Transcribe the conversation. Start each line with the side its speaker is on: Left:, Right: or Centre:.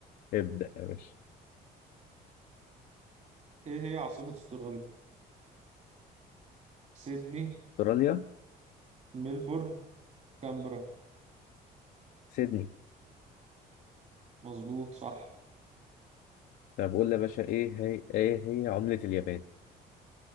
Left: ابدأ يا باشا
Right: ايه هي عاصمة استراليا؟ سيدني
Left: استراليا
Right: ملبورن كامبرا
Left: سيدني
Right: مظبوط صح
Left: طب قول لي يا باشا ايه هي ايه هي عملة اليابان